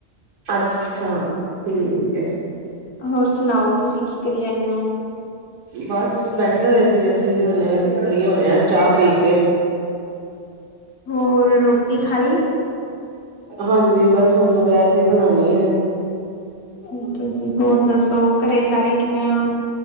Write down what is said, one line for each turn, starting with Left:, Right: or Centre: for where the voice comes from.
Right: ਅੱਛਾ, ਠੀਕ ਐ।
Left: ਹੋਰ ਸੁਣਾਓ, ਤੁਸੀਂ ਕੀ ਕਰੀ ਜਾਂਨੇੇ ਓ?
Right: ਬਸ ਬੈਠੇ ਹੋਏ ਸੀ ਅਸੀਂ ਵੀ ਹੁਣੇ, ਫ੍ਰੀ ਹੋਏ ਆ, ਚਾਹ ਪੀਕੇ।
Left: ਹੋਰ, ਰੋਟੀ ਖਾਲੀ?
Right: ਹਾਂਜੀ, ਬਸ ਹੁਣ ਦੁਪਹਿਰ ਦੀ ਬਣਾਣੀ ਐ।
Left: ਠੀਕ ਐ ਜੀ, ਹੋਰ ਦੱਸੋ, ਘਰੇ ਸਾਰੇ ਕਿਵੇਂ ਆ?